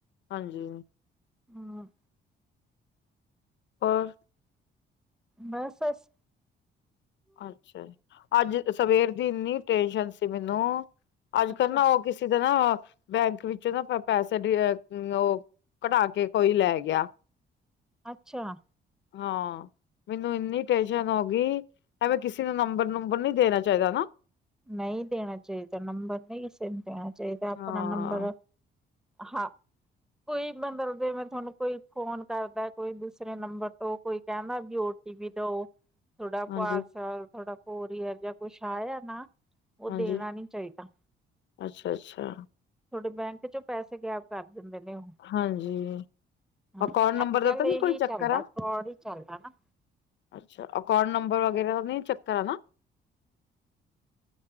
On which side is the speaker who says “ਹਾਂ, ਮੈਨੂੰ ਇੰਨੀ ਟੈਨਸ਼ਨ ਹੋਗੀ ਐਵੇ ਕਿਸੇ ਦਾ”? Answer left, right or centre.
Left